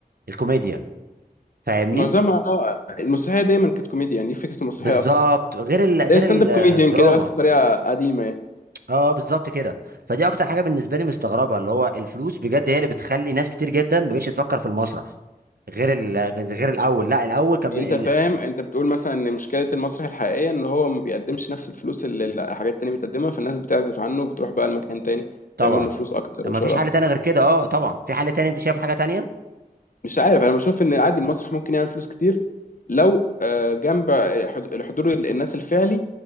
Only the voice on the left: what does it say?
معظمها آه، المسرحيه دايما كانت كوميديا يعني دي فكره المسرحيه
اصلا
زي ستاند
اب كوميديان كده بس بطريقه قديمه يعني
انت
فاهم انت بتقول مثلا ان مشكله المسرح الحقيقيه ان هو ما بيقدمش نفس الفلوس اللي الحاجات التانيه بتقدمها فالناس بتعزف عنه وبتروح بقى لمكان تاني
تعمل له فلوس اكتر
وشهره
مش عارف انا بشوف ان عادي المسرح ممكن يعمل فلوس كتير لو آه، جنب حض- الحضور ال- الناس الفعلي